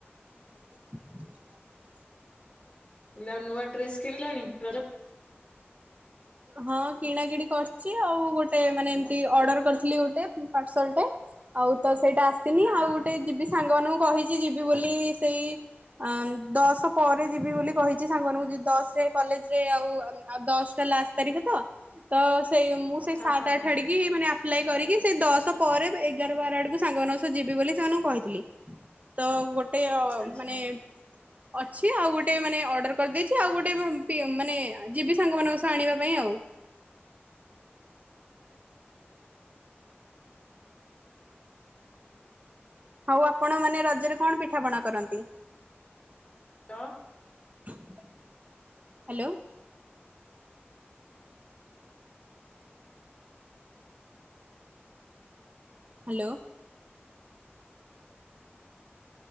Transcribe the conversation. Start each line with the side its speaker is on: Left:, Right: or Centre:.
Right: ହ
Left: ମୁଁ କହିଲି ଆଉ ନୂଆ ଡ୍ରେସ କିଣିଲଣି ରଜକୁ?
Right: ହଁ କିଣା କିିଣି କରିଛି ଆଉ ଗୋଟେ ମାନେ ଏମତି ଅର୍ଡର କରିଥିଲି ଗୋଟେ ପାର୍ସଲ ଟେ। ଆଉ ତ ସେଇଟା ଆସିନି
Left: ହଁ
Right: ଆଉ ଗୋଟେ
Left: ହଁ
Right: ଯିବି ସାଙ୍ଗମାନଙ୍କୁ କହିଛି ଯିବି ବୋଲି ସେଇ ଅ ଦଶ ପରେ ଯିବି ବୋଲି କହିଛି ସାଙ୍ଗମାନଙ୍କୁ ଯ ଦଶ ରେ କଲେଜ ରେ ଆଉ ଆଉ ଦଶଟା ଲାଷ୍ଟ। ତାରିଖ ତ ତ ସେଇ ମୁଁ ସେଇ
Left: ହଁ
Right: ସାତ
Left: ହଁ
Right: ଆଠ ଆଡିକି ମାନେ ଆପ ପ୍ଲେ କରିକି ସେ ଦଶ ପରେ ଏଗାର ବାର ଆଡକୁ ସାଙ୍ଗମାନ ସହ ଯିବି ବୋଲି ସେମାନଙ୍କୁ କହିଥିଲି। ତ ଗୋଟେ ଅ
Left: ଆଚ୍ଛା
Right: ମାନେ ଅଛି ଆଉ ଗୋଟେ ମାନେ ଅର୍ଡର କରିଦେଇଛି ଆଉ ଗୋଟେ ପି ମାନେ ଯିବି ସାଙ୍ଗମାନାନଙ୍କ ସହ ଆଣିବାକୁ। ସେଥିପାଇଁ ଆଉ। ହଉ ଆପଣ ମାନେ ରଜରେ କଣ ପିଠାପଣା କରନ୍ତି?
Left: ଲୋ।
Right: ହ୍ୟାଲୋ। ହ୍ୟାଲୋ।